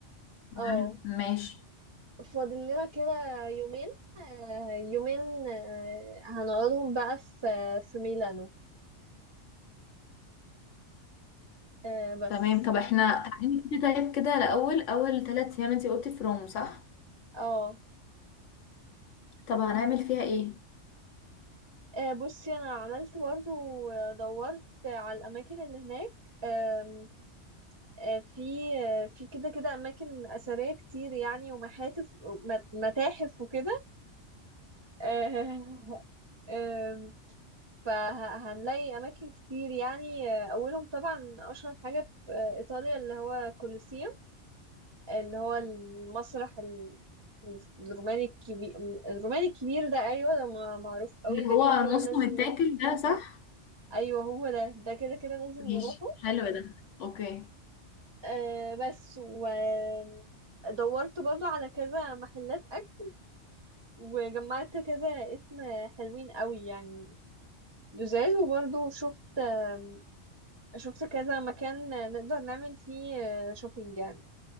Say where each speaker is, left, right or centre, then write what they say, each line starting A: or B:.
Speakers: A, on the left (about 85°); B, on the right (about 30°).
A: تمام.
B: اه
A: ماشي
B: فاضل لنا كده يومين آه، يومين آه، هنقعدهم بقى في في ميلانو آه بس
A: تمام طب احنا تعالي كده طيب كده الأول أول ثلاث أيام انت قلتي في روم صح؟
B: اه
A: طب هنعمل فيها ايه؟
B: آه، بصي انا عملت برضه دورت على الاماكن اللي هناك آم، آه، في آه، في كده كده اماكن اثريه كتير يعني ومحاتف مت- متاحف وكده <laughs> آه، آم، فهنلاقي اماكن كتير يعني آه، اولهم طبعا اشهر حاجه في آه، ايطاليا اللي هو كولوسيوم اللي هو المسرح ال- الروماني الكبير الروماني الكبير ده ايوه ده مع- معروف قوي
A: اللي هو
B: ده كده كده
A: نص
B: لازم
A: متاكل
B: نروح
A: ده صح؟
B: ايوه هو ده ده كده كده لازم
A: ماشي
B: نروحه
A: حلو ده اوكي
B: آه بس ودورت برضه على كذا محلات اكل وجمعت كذا اسم حلوين قوي يعني لزاز وبرضه شفت آم، شفت كذا مكان نقدر نعمل فيه آه، شوبينج يعني